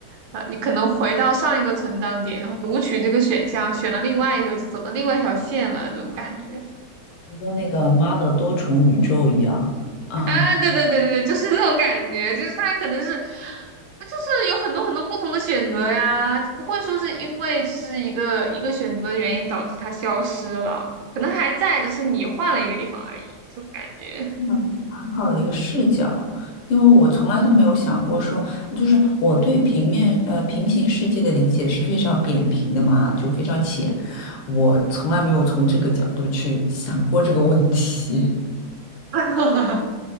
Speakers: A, on the right; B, on the left.
A: 呃，你可能回到上一个存档点，然后读取这个选项，选了另外一个，就走到另外一条线了，这种感觉
B: 实跟那个《妈的多重宇宙》一样啊，
A: 啊，对对对对，就是那种感觉，就是它可能是。就是有很多很多不同的选择呀，不会说是因为是一个一个选择原因导致它消失了，可能还在，只是你换了一个地方而已，这种感觉。
B: 嗯很好的一个视角，因为我从来都没有想过说，就是我对平面呃平行世界的理解是非常扁平的嘛，就非常浅，我从来没有从这个角度去想过这个问题。<laughs>
A: <laughs>